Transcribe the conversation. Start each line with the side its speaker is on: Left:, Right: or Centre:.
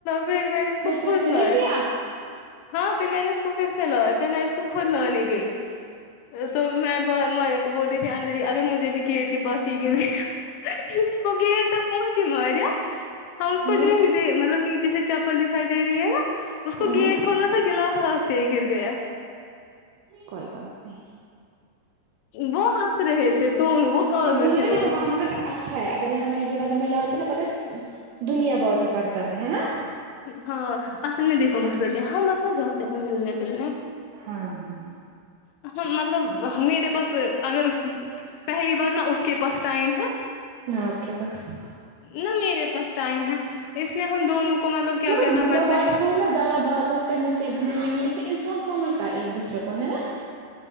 Left: میں نے اسکو
Right: پھر پھر
Left: خود
Right: سے
Left: لیا
Right: نہیں
Left: ہے
Right: پیا
Left: ہاں پھر میں نے اس کو پھر سے لایا پھر میں اس کو خود لانے گئی تو میں مایا کو بول رہی تھی اندر ہی اگر مجھ جب گیٹ کے پاس یہ گرےگا نہیں وہ گیٹ تک پہنچی ماریا ہم اس
Right: ہوں
Left: کو دے ہی دے مطلب نیچے سے چپل دکھائی دے رہی ہے نا اس کو
Right: ہوں
Left: گیٹ کھولنا تھا گلاس ہاتھ سے ہی گر گیا
Right: کوئی بات نہیں
Left: وہ ہنس رہے تھے دونوں وہ پاگل
Right: میں بولوں
Left: تھے
Right: گی نا
Left: دونوں
Right: دیکھو وہاں مگر اچھا ہے اگر یہاں محج نگر میں لاتے نا پتا دنیا بات ہی کرتا ہے نا
Left: ہاں اصل میں دیکھو مسئلہ کہ ہم اپنا جاتے ہیں ملنے ولنے
Right: ہاں ہاں
Left: ہم مطلب میرے پاس اگر اس پہلی بات نا اس کے پاس ٹائم ہے
Right: نہ آپ کے پاس
Left: نہ میرے پاس ٹائم ہے اس لیے ہم دونوں کو مطلب کیا
Right: مطلب
Left: کرنا
Right: میں
Left: پڑتا ہے
Right: <unintelligible> میں زیادہ بات وات کرنے سے ملنے ولنے سے انسان سمجھتا ہے ایک دوسرے کو ہے نا